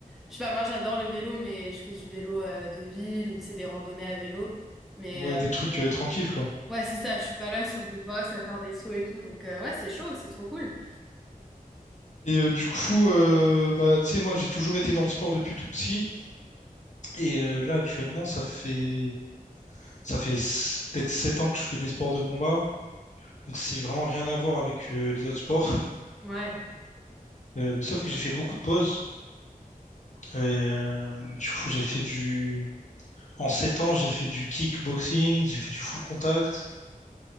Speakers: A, in the centre; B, on the left.
A: je sais pas, moi, j'adore le vélo, mais je fais du vélo euh, de ville ou, tu sais, des randonnées à vélo. Mais,
B: ouais, ouais, des trucs
A: euh, ouais,
B: euh, tranquilles, quoi.
A: Ouais, c'est ça, je suis pas là sur des bosses à faire des sauts et tout. Donc, euh, ouais, c'est chaud, c'est trop cool.
B: Et euh, du coup, euh, bah, tu sais, moi, j'ai toujours été dans le sport depuis tout petit. Et euh, là, actuellement, ça fait, ça fait s- peut-être sept ans que je fais des sports de combat. Donc, c'est vraiment rien à voir avec euh, les autres sports. <laughs>
A: Ouais,
B: Euh, mais sauf que j'ai fait beaucoup de pauses Et, euh, du coup, j'ai fait du. En 7 ans, j'ai fait du kickboxing, j'ai fait du full contact.